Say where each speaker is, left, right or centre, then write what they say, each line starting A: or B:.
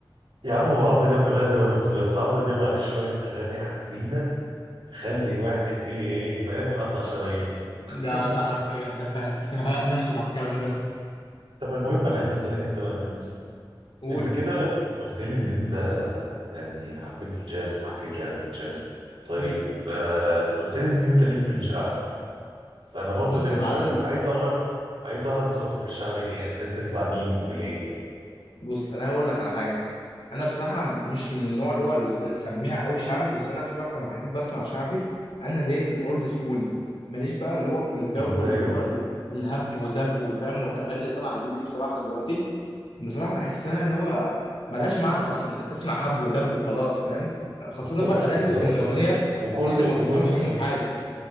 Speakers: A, on the right (about 80°); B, on the left (about 80°).
A: يا عم هو عمرو دياب بيغني رومانسي بس عمرو دياب عليه شويه اغاني حزينه تخلي الواحد ايه ايه إيه، فاهم يقطع شرايينه
B: ده
A: <laughs>
B: ده حرفيا ده فاهم <laughs> نشهد على الكلام ده
A: طب المهم انا عايز اسالك انت بقى كمان
B: قول
A: انت كده قلت لي ان انت يعني حبيت الجاز وحكيت لي عن الجاز طيب
B: مم.
A: آه، قلت لي ان انت ليك في الشعبي فانا برضه
B: بص
A: ليا
B: يا
A: في
B: معلم
A: الشعبي فعايز اعرف عايز اعرف ذوقك في الشعبي ايه يعني بتحب تسمع مين وليه يعني
B: بص انا هقول لك على حاجه انا بصراحه مش من النوع اللي هو اللي بسميها قوي شعبي بس انا بصراحه لما بحب اسمع شعبي انا ليه في الاولد سكول ماليش بقى اللي هو في الجو
A: مزاجك
B: اللي هو ال- الهب ودب وفاهم والاغاني اللي طالعه جديده دي بصراحه دلوقتي بصراحه بحسها
A: طيب،
B: اللي هو ملهاش معنى اصلا انت بتسمع هب ودب وخلاص فاهم خاصه
A: بالظبط
B: بقى الاغاني
A: بالظبط
B: الاسكندرانيه
A: وكله
B: انت ما
A: وله-
B: بتفهمش منهم حاجه